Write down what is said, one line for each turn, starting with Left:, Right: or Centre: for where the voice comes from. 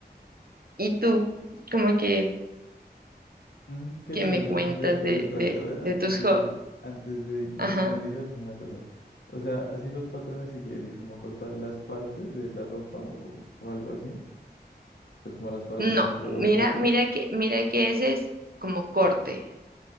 Right: ¿Y tú, como que,
Left: Mm, Qué
Right: que
Left: chévere,
Right: me cuentas
Left: ve, pero
Right: de,
Left: espérate,
Right: de,
Left: a ver,
Right: de
Left: antes
Right: tus
Left: de
Right: hobbies?
Left: que, antes de, de
Right: Ajá.
Left: que me digas una cosa. O sea, así los patrones que quiere decir, como cortar las partes de la ropa o, o algo así, pues como las partes
Right: No,
Left: que uno luego
Right: mira,
Left: cose.
Right: mira que, mira que ese es como corte.